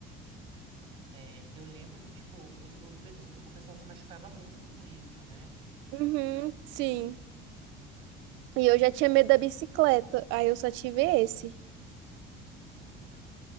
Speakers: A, on the right; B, on the right.
A: É, eu lembro que, tipo, os- o, pe- os- o pessoal se machucava muito com isso, né?
B: Uhum, sim. E eu já tinha medo da bicicleta, aí eu só tive esse.
A: Aham.